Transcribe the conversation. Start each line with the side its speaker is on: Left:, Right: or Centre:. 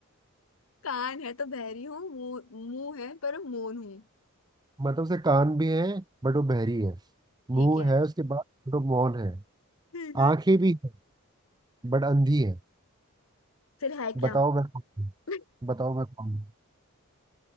Left: कान है तो बहरी हूँ मुंह मुंह है पर मौन हूँ
Right: मतलब उसे कान भी है बट वो बहरी है मुंह
Left: ठीक है
Right: है उसके बाद बट वो मौन है
Left: ठीक है
Right: आंखें भी है बट अंधी है
Left: फिर है
Right: बताओ
Left: क्या
Right: मैं कौन हूँ?
Left: <laughs>
Right: बताओ मैं कौन हूँ?